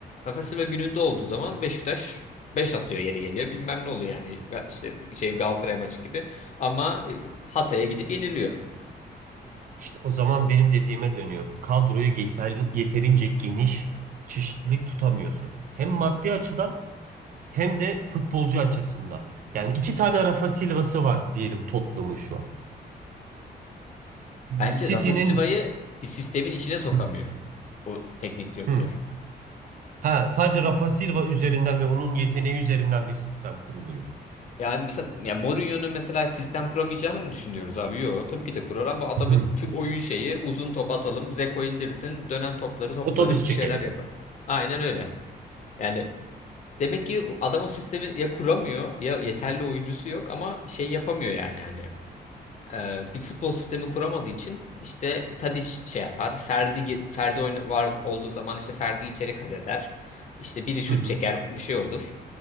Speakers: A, on the left; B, on the right.
A: Rafa Silva gününde olduğu zaman Beşiktaş 5 atıyor yeri geliyor. Bilmem ne oluyor yani. Ya İşte şey Galatasaray maçı gibi. Ama e, Hatay'a gidip yeniliyor.
B: İşte o zaman benim dediğime dönüyor. Kadroyu yeterli, yeterince geniş çeşitlilik tutamıyorsun. Hem maddi açıdan hem de futbolcu açısından. Yani iki tane Rafa Silva'sı var diyelim Tottenham'ın şu an.
A: Bence
B: City'nin
A: Rafa Silva'yı bir sistemin içine
B: <laughs>
A: sokamıyor o teknik direktör.
B: <clears throat> Ha, sadece Rafa Silva üzerinden ve onun yeteneği üzerinden bir sistem kuruluyor.
A: Yani mesela ya Mourinho'nun mesela sistem kuramayacağını mı düşünüyoruz abi? Yok. Tabii ki de kurar ama adamın
B: Hı.
A: tüm oyun şeyi uzun top atalım, Zeko indirsin, dönen topları toplarız,
B: Otobüs
A: bir
B: çekelim.
A: şeyler yapar. Aynen öyle. Yani demek ki adam o sistemi ya kuramıyor ya yeterli oyuncusu yok ama şey yapamıyor yani hani. Ee, bir futbol sistemi kuramadığı için işte Tadiç şey yapar. Ferdi gi- Ferdi oyna, var olduğu zaman işte Ferdi içeri kat eder. İşte biri şut
B: Hı hı.
A: çeker, bir şey olur.